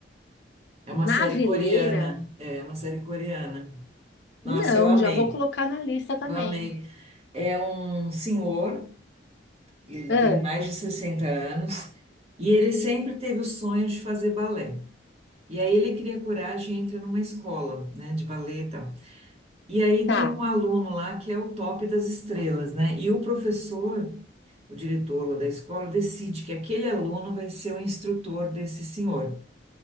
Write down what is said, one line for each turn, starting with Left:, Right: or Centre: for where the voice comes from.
Right: É uma série
Left: Navileira?
Right: coreana. É é uma série coreana. Nossa,
Left: Não,
Right: eu amei.
Left: já vou colocar na lista também.
Right: Eu amei. É um senhor, ele
Left: Ah,
Right: tem mais de 60 anos, e ele sempre teve o sonho de fazer balé. E aí ele cria coragem e entra numa escola, né, de balé e tal. E aí
Left: tá.
Right: tem um aluno lá que é o top das estrelas, né? E o professor o diretor ou da escola decide que aquele aluno vai ser o instrutor desse senhor.